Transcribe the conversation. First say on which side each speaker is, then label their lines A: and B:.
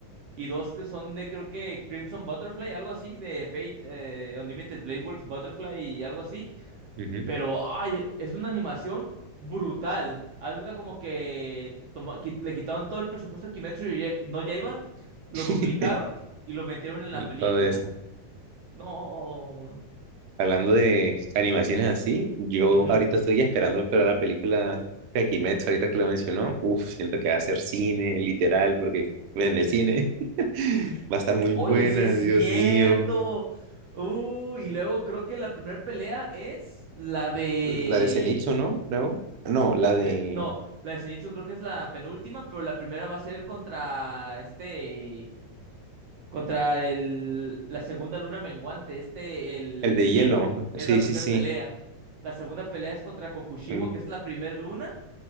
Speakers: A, on the right; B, on the right.
A: y dos que son de, creo que Crimson Butterfly, algo así, de Fate, eh, Unlimited Blade Works Butterfly y algo así.
B: Ujú.
A: Pero, ay, es una animación brutal. Haz de cuenta como que toma- qui- le quitaron todo el presupuesto a Kimetsu no Yaiba, lo
B: <laughs>
A: duplicaron y lo metieron en la
B: Él
A: película.
B: todo eso.
A: No,
B: Hablando de animaciones así, yo
A: Ujú.
B: ahorita estoy esperando para la película de Kimetsu, ahorita que lo mencionó. Uf, siento que va a ser cine, literal, porque en el cine <laughs> va a estar muy
A: Oye,
B: buena,
A: sí es cierto.
B: Dios mío.
A: Uh, y luego creo que la primera pelea es la de...
B: La de Zenitsu, ¿no? no No, la de
A: eh, no, la de Zenitsu creo que es la penúltima, pero la primera va a ser contra este... Contra el, la segunda luna menguante, este, el
B: el de
A: de
B: hielo.
A: hielo. Es
B: Sí,
A: la
B: sí,
A: primera
B: sí.
A: pelea. La segunda pelea es contra Kokushibo,
B: Mm,
A: que es la primera luna.